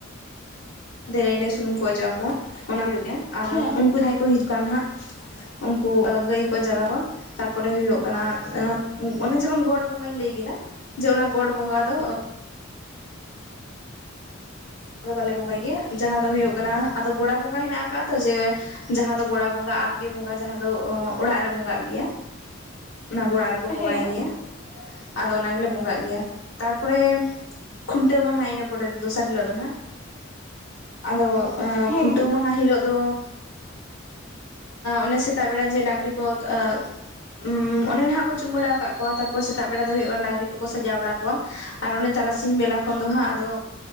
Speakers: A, on the left (about 70°); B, on the left (about 45°).
A: ᱫᱮᱨᱮᱸᱧ ᱨᱮ ᱥᱩᱱᱩᱢ ᱠᱚ ᱚᱡᱚᱜ ᱟᱠᱚᱣᱟ ᱚᱱᱟ ᱦᱚᱭᱚᱜ ᱜᱮᱭᱟ ᱟᱨ
B: ᱦᱮᱸ
A: ᱩᱱᱠᱩ ᱡᱟᱦᱟᱸᱭ ᱠᱚ ᱦᱤᱡᱩᱜ ᱠᱟᱱ ᱦᱟᱜ ᱩᱱᱠᱩ ᱜᱟᱹᱭ ᱠᱚ ᱡᱟᱜᱟᱣ ᱠᱚᱣᱟ ᱛᱟᱨᱯᱚᱨᱮ ᱦᱳᱭᱳᱜ ᱠᱟᱱᱟ ᱚᱱᱮ ᱡᱮᱢᱚᱱ ᱜᱚᱰ ᱵᱚᱸᱜᱟᱧ ᱞᱟᱹᱭ ᱠᱮᱫᱟ ᱡᱮ ᱚᱱᱟ ᱜᱚᱰ ᱵᱚᱸᱜᱟ ᱫᱚ᱾ ᱟᱞᱮ ᱫᱚ ᱵᱟᱞᱮ ᱵᱚᱸᱜᱟᱭ ᱜᱮᱭᱟ ᱡᱟᱦᱟᱸ ᱫᱚ ᱦᱳᱭᱳᱜ ᱠᱟᱱᱟ ᱟᱫᱚ ᱜᱚᱲᱟ ᱵᱚᱸᱜᱟ ᱦᱮᱱᱟᱜ ᱟᱠᱟᱫ-ᱟ ᱛᱚ ᱡᱮ ᱡᱟᱦᱟᱸ ᱫᱚ ᱜᱚᱲᱟ ᱵᱚᱸᱜᱟ ᱟᱯᱜᱮ ᱵᱚᱸᱜᱟ ᱡᱟᱦᱟᱸ ᱫᱚ ᱚᱲᱟᱜ ᱨᱮ ᱵᱚᱸᱜᱟᱜ ᱜᱮᱭᱟ ᱚᱱᱟ ᱜᱚᱲᱟ ᱵᱚᱸᱜᱟᱭ
B: ᱦᱮᱸ
A: ᱜᱮᱭᱟ ᱟᱫᱚ ᱚᱱᱟ ᱜᱮᱞᱮ ᱵᱚᱸᱜᱟᱜ ᱜᱮᱭᱟ ᱛᱟᱨᱯᱚᱨᱮ ᱴᱷᱩᱱᱴᱟᱹᱣ ᱢᱟᱦᱟ ᱤᱱᱟᱹ ᱯᱚᱨᱮ ᱫᱚᱥᱟᱨ ᱦᱤᱞᱳᱜ ᱫᱚ ᱱᱟᱜ᱾ ᱟᱫᱚ ᱟ
B: ᱦᱮᱸ ᱦᱮᱸ
A: ᱠᱷᱩᱱᱴᱟᱹᱣ ᱢᱟᱦᱟ ᱦᱤᱞᱳᱜ ᱫᱚ ᱚᱱᱮ ᱥᱮᱛᱟᱜ ᱵᱮᱲᱟ ᱡᱮ ᱰᱟᱝᱨᱤ ᱠᱚᱴ ᱟ ᱩᱸ ᱚᱱᱮ ᱱᱟᱦᱟᱜ ᱠᱚ ᱪᱩᱢᱟᱹᱲᱟ ᱠᱟᱜ ᱠᱚᱣᱟ ᱛᱟᱨᱯᱚᱨ ᱥᱮᱛᱟᱜ ᱵᱮᱲᱟ ᱫᱚ ᱦᱳᱭᱳᱜ ᱠᱟᱱᱟ ᱰᱟᱝᱨᱤ ᱠᱚᱠᱚ ᱥᱟᱡᱟᱣ ᱵᱟᱲᱟ ᱠᱚᱣᱟ᱾ ᱟᱨ ᱚᱱᱮ ᱛᱟᱨᱟᱥᱤᱧ ᱵᱮᱞᱟ ᱠᱷᱚᱱ ᱫᱚ ᱦᱟᱸᱜ ᱟᱫᱚ